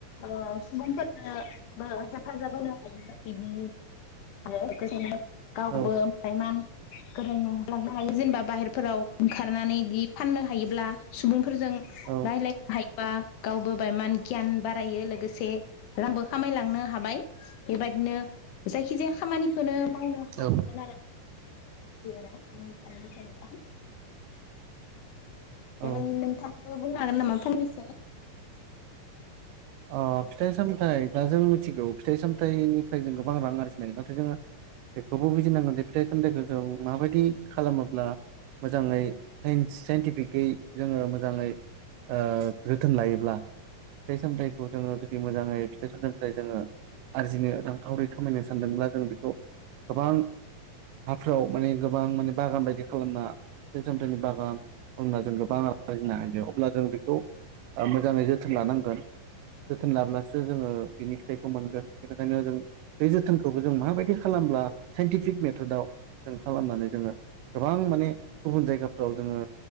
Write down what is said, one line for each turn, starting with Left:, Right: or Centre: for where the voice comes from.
Left: ओ सुबुंफोरनो हेफाजाब होनो हायो बिदि <inaudible> गावबो
Right: औ
Left: ओमफ्राय गोरान लांनो हायो जेनेबा बाहेरफोराव ओंखारनानै बिदि फाननो हायोब्ला सुबुंफो फोरजों
Right: औ
Left: रायज्लायनो हायो। बा गावबो बा गियान बारायो लोगोसे रांबो खामायलांनो हाबाय बेबायदिनो जायखिजाया खामानि खौनो मावनो हालांगोन
Right: औ
Left: आरो <unintelligible>
Right: औ
Left: देलायनि नोंथां बो बुंनो हागोन नामा फंनैसो?
Right: अ फिथाइ सामथाइ बा जों मिथिगौ फिथाइ सामथाइनिफ्राय जों गोबां रां आरजिनो हायो नाथाय जोङो बेखौबो बुजिनांगोन जे फिथाइ सामथाइखो औ माबायदि खालामोब्ला मोजाङै साइन्स साइन्टिफिकै जोङो मोजाङै ओ जोथोन लायोब्ला फिथाइ सामथाइ खौ दोङो जुदि मोजाङै फिथाइ सामथाइनिफ्राय जोङो आरजिनो रांखावरि खामायनो सानदोंब्ला जों बेखौ गोबां हाफ्राव माने गोबां माने बागान बायदि खालामना फिथाइ सामथाइनि बागान खालामना जों गोबां आरजिनो हायो अब्ला जों बेखौ मोजाङै जोथोन लानांगोन। जोथोन लाब्लासो जोङो बिनि फिथाइखौ मोनगोन बेनिखायनो जों बे जोथोनखौबो जों माबायदि खालामब्ला साइनटिफिक मेथदआव जों खालामनानै जोङो गोबां माने गुबुन जायगाफ्राव जोङो